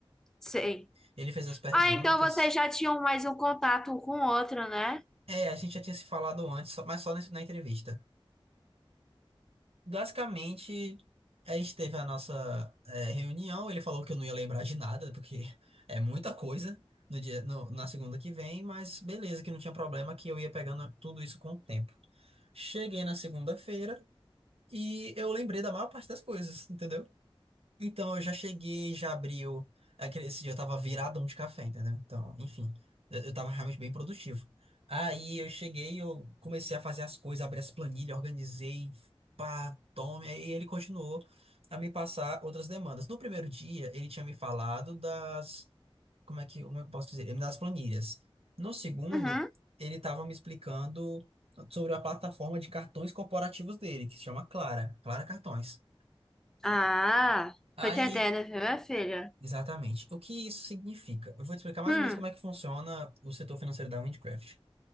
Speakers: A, in the centre; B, on the right.
A: sei.
B: Ele fez as perguntas.
A: Ah, então vocês já tinham mais um contato um com o outro, né?
B: É, a gente já tinha se falado antes, só- mas só nesse- na entrevista. Basicamente, a gente teve a nossa eh, reunião. Ele falou que eu não ia lembrar de nada, porque <laughs> é muita coisa no dia, no- na segunda que vem, mas beleza, que não tinha problema, que eu ia pegando tudo isso com o tempo. Cheguei na segunda-feira e eu lembrei da maior parte das coisas, entendeu? Então, eu já cheguei, já abriu. Aquele, esse dia eu tava viradão de café, entendeu? Então, enfim, eu, eu tava realmente bem produtivo. Aí eu cheguei, eu comecei a fazer as coisas, abri as planilhas, organizei, pá, tome. Aí ele continuou a me passar outras demandas. No primeiro dia, ele tinha me falado das. Como é que, como é que eu posso dizer? Ele me dá as planilhas. No segundo,
A: Uhum.
B: ele tava me explicando sobre a plataforma de cartões corporativos dele, que se chama Clara, Clara Cartões.
A: Ah,
B: Aí
A: tô entendendo, viu, minha filha?
B: Exatamente. O que isso significa? Eu vou te explicar mais
A: Hum,
B: ou menos como é que funciona o setor financeiro da Windcraft.